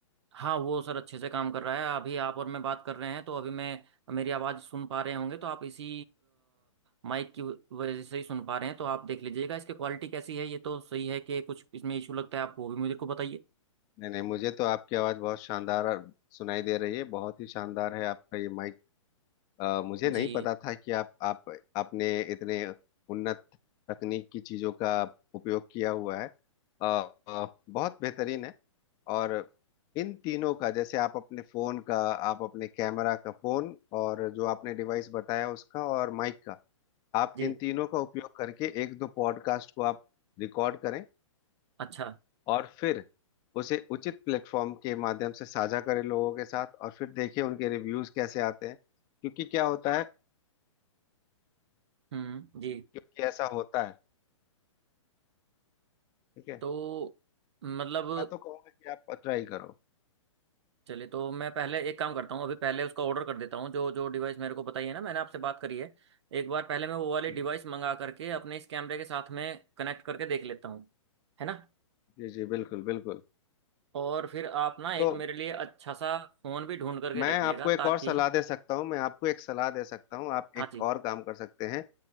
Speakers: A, on the right; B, on the left.
A: हाँ वो सर अच्छे से काम कर रहा है अभी आप और मैं बात कर रहे हैं तो अभी मैं मेरी आवाज़ सुन पा रहे होंगे तो आप इसी माइक की वजह से ही सुन पा रहे हैं तो आप देख लीजिएगा इसकी क्वालिटी कैसी है ये तो सही है कि कुछ इसमें इशू लगता है आप वो भी मुझे को बताइए
B: नहीं नहीं मुझे तो आपकी आवाज बहुत शानदार और सुनाई दे रही है बहुत ही शानदार है आपका ये माइक अ, मुझे नहीं
A: जी
B: पता था कि आप आप आपने इतने उन्नत तकनीक की चीजों का उपयोग किया हुआ है अ, अ, बहुत बेहतरीन है और इन तीनों का जैसे आप अपने फोन का आप अपने कैमरा का फोन और जो आपने डिवाइस बताया उसका और माइक का आप
A: जी
B: इन तीनों का उपयोग करके एक दो पॉडकास्ट को आप रिकॉर्ड करें
A: अच्छा
B: और फिर उसे उचित प्लेटफॉर्म के माध्यम से साझा करें लोगों के साथ और फिर देखें उनके रिव्यूज कैसे आते हैं क्योंकि क्या होता है
A: हम्म जी
B: क्योंकि ऐसा होता है ठीक है
A: तो मतलब
B: मैं तो कहूँगा कि आप ट्राई करो
A: चलिए तो मैं पहले एक काम करता हूँ अभी पहले उसका ऑर्डर कर देता हूँ जो जो डिवाइस मेरे को बताइए ना मैंने आपसे बात करी है एक बार पहले मैं वो वाली
B: जी
A: डिवाइस मंगा करके अपने इस कैमरे के साथ में कनेक्ट करके देख लेता हूँ है ना
B: जी जी बिल्कुल बिल्कुल
A: और फिर आप ना एक
B: तो
A: मेरे लिए अच्छा सा फोन भी ढूंढ करके
B: मैं
A: रखिएगा
B: आपको एक
A: ताकि
B: और सलाह दे सकता हूँ मैं आपको एक सलाह दे सकता हूँ आप
A: हाँ
B: एक
A: जी
B: और काम कर सकते हैं